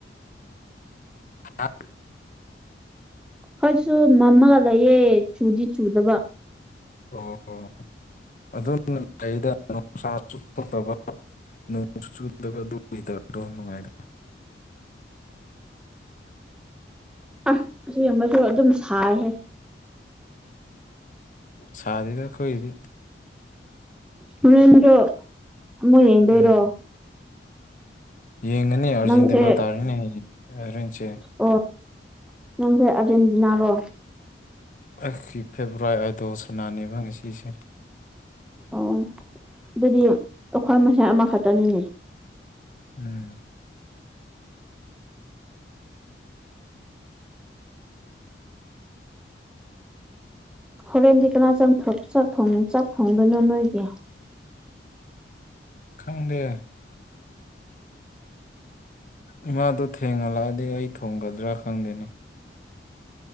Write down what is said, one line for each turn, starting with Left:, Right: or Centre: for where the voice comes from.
Left: <inaudible>
Centre: ꯈꯣꯏꯗꯁꯨ ꯃꯝꯃꯒ ꯂꯩꯌꯦ ꯆꯨꯗꯤ ꯆꯨꯗꯕ
Left: ꯑꯣ ꯑꯣ ꯑꯗꯨꯝ ꯀꯩꯗ ꯅꯨꯡꯁꯥ ꯊꯣꯛꯇꯕ ꯅꯣꯡꯁꯨ ꯆꯨꯗꯕ ꯑꯗꯨꯝ ꯇꯥꯏꯄꯇꯣ ꯅꯨꯡꯉꯥꯏ
Centre: ꯑ ꯑꯁꯤꯃꯁꯨ ꯑꯗꯨꯝ ꯁꯥꯏꯍꯦ
Left: ꯁꯥꯗꯦꯗ ꯑꯈꯣꯏꯗꯤ
Centre: ꯍꯨꯔꯦꯟꯗꯔꯣ ꯑꯃꯨꯛ ꯌꯦꯡꯗꯣꯏꯔꯣ
Left: ꯎꯝ ꯌꯦꯡꯉꯅꯤ ꯑꯔꯖꯦꯟꯇꯤꯅꯥ
Centre: ꯅꯪꯁꯦ
Left: ꯇꯥꯔꯅꯤ ꯍꯧꯖꯤꯛ ꯍꯣꯔꯦꯟꯁꯦ
Centre: ꯑꯣ ꯅꯪꯁꯦ ꯑꯔꯖꯦꯟꯇꯤꯅꯥꯔꯣ
Left: <unintelligible> ꯐꯦꯕꯔꯥꯏꯠ ꯑꯗꯣ ꯁꯥꯅꯅꯤꯕ ꯉꯁꯤꯁꯦ
Centre: ꯑꯣ ꯑꯗꯨꯗꯤ ꯑꯩꯈꯣꯏ ꯃꯁꯦꯜ ꯑꯃꯈꯛꯇꯅꯤꯅꯦ
Left: ꯎꯝ
Centre: ꯍꯣꯔꯦꯟꯗꯤ ꯀꯅꯥ ꯆꯪ ꯊꯣꯛ ꯆꯥꯛ ꯊꯣꯡ ꯆꯥꯛ ꯊꯣꯡꯗꯣꯏꯅꯣ ꯅꯣꯏꯒꯤ
Left: ꯈꯪꯗꯦ ꯏꯃꯥꯗꯣ ꯊꯦꯡꯍꯜꯂꯛꯑꯗꯤ ꯑꯩ ꯊꯣꯡꯒꯗ꯭ꯔꯥ ꯈꯪꯗꯦꯅꯦ